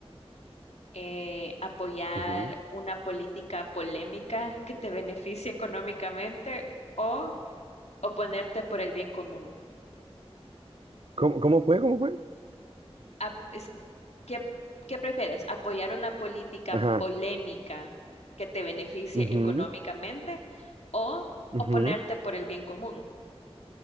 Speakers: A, on the left (about 85°); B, on the right (about 60°).
A: Eh, ¿apoyar
B: Ujú.
A: una política polémica que te beneficie económicamente o oponerte por el bien común?
B: ¿Cómo, cómo fue? ¿Cómo fue?
A: Ap- es- ¿qué, qué prefieres? ¿Apoyar una política
B: Ajá.
A: polémica que te beneficie
B: Ujú,
A: económicamente o
B: ujú.
A: oponerte por el bien común?